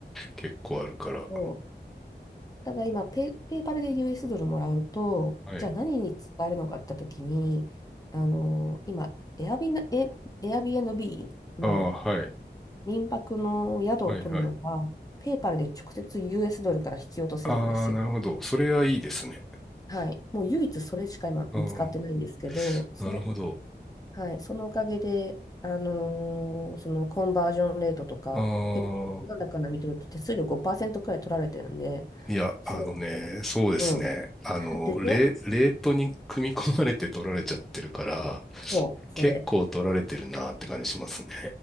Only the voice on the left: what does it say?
そうただ今ペ、ペーパルで US ドルもらうと、
じゃあ何に使えるのかって時に、あの、今、エアビナ、エ、エアビービーの
民泊の宿を取るのが、
ペーパルで直接 US ドルから引き落とせるんですよ。
はい。もう唯一それしか今見つかってないんですけど、
それ、
はい、そのおかげで、あのーそのコンバージョンレートとか、
結構、なんだかんだ見てると手数料5%くらい取られてるんで、
それ、
うん、
<laughs> でしょ
そう、それ。